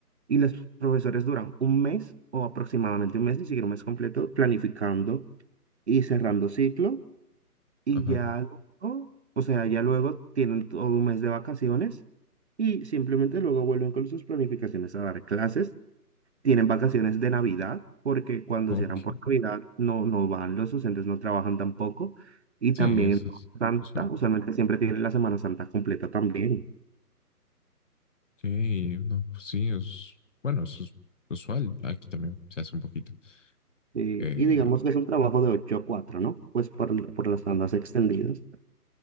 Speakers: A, on the right (about 45°); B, on the left (about 50°).
A: Y los profesores duran un mes o aproximadamente un mes, ni siquiera un mes completo, planificando y cerrando ciclo. Y
B: ajá,
A: ya luego, o sea, ya luego tienen todo un mes de vacaciones y simplemente luego vuelven con sus planificaciones a dar clases tienen vacaciones de Navidad, porque cuando
B: ok.
A: cierran por Navidad no, no van los docentes, no trabajan tampoco. Y también
B: Sí, eso
A: en
B: es
A: Semana
B: usual.
A: Santa, usualmente siempre tienen la Semana Santa completa también.
B: Ok, no, pues sí, es... Bueno, eso es usual. Aquí también se hace un poquito.
A: Eh,
B: Eh,
A: y digamos que es un trabajo de ocho a cuatro ¿no? Pues por, por las tandas extendidas.